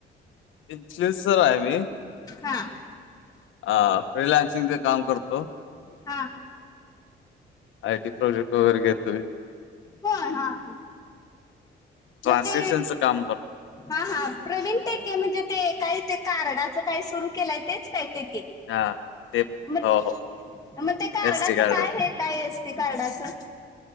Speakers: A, on the left (about 80°); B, on the left (about 20°).
A: इन्फ्लुएन्सर आहे मी.
B: हा.
A: अ फ्रिलान्सिंगच काम करतो.
B: हा.
A: आय टी प्रोजेक्ट वैगरे घेतो. मी.
B: होय हा हा.
A: ट्रान्समिशनचं
B: मग ते
A: काम करतो.
B: हा हा प्रवीण टेके म्हणजे ते काही ते कार्डाचं काही सुरू केलंय तेच काय टेके?
A: हा ते
B: मग
A: हो हो
B: मग ते कार्डाच
A: एस टी कार्ड
B: काय आहे? काय असतय कार्डच?